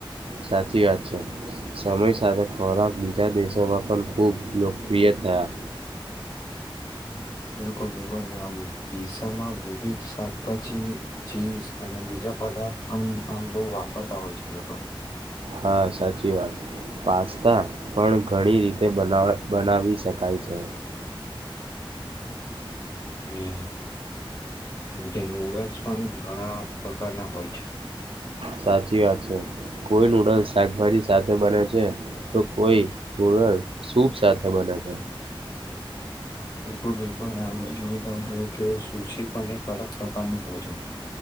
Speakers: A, on the right; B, on the left.
A: સાચી વાત છે સમય સાથે ખોરાક બીજા દેશોમાં પણ ખૂબ લોકપ્રિય થયા.
B: બિલકુલ બિલકુલ નિયમ પીઝામાં વિવિધ શાકભાજી ચીસ અને બીજા પદાર્થ અ આમ બહુ વાપરતા હોય છે લોકો
A: હા સાચી વાત. પાસ્તા પણ ઘણી રીતે બનાવી શકાય છે.
B: અને એમ કે નુડલ્સ પણ ઘણા પ્રકારના હોય. છે
A: સાચી વાત છે. કોઈ નૂડલ્સ શાકભાજી સાથે બને છે તો કોઈ નૂડલ્સ સૂપ સાથે બને. <inaudible>
B: બિલકુલ બિલકુલ બીજો જો કે સુસી પણ એક અલગ પ્રકારનું ભોજન